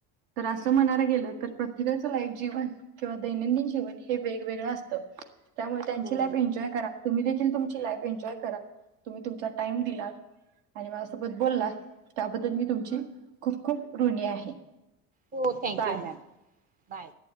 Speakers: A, on the right; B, on the right.
A: तर असं म्हणायला गेलं तर प्रत्येकाचं लाईफ जीवन किंवा दैनंदिन जीवन हे वेगवेगळं असतं. त्यामुळे त्यांची
B: हो
A: लाईफ एन्जॉय करा तुम्ही देखील तुमची लाईफ एन्जॉय करा तुम्ही तुमचा टाइम दिला आणि माझ्यासोबत बोलला त्याबद्दल मी तुमची खूप खूप ऋणी आहे.
B: हो थँक्यू
A: बाय
B: मॅम, बाय.